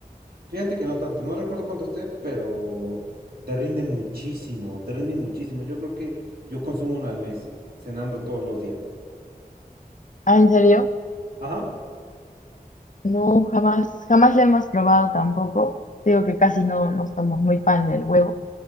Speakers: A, on the right; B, on the left.
A: Fíjate que no tanto, no recuerdo cuánto esté, pero te rinde muchísimo, te rinde muchísimo. Yo creo que yo consumo uno al mes, cenando todos los días.
B: Ah, ¿en serio?
A: Ajá,
B: No, jamás, jamás lo hemos probado tampoco. Digo que casi no, no somos muy fan del huevo.